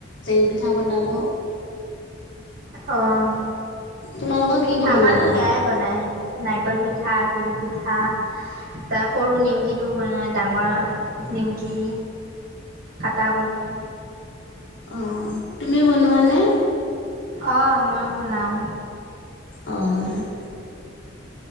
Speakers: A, on the left; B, on the right.
A: জেং পিঠা বনালো।
B: অ',
A: তোমালোকৰ কি কি
B: আমাৰো
A: বনালা?
B: সেয়াই বনাই নাৰিকল পিঠা, তিল পিঠা ত সৰু নিমকিটো বনাই ডাঙৰ নিমকি, কটাকলি
A: অ', তুমি বনোৱানে।
B: অ', মই বনাও।
A: অ'।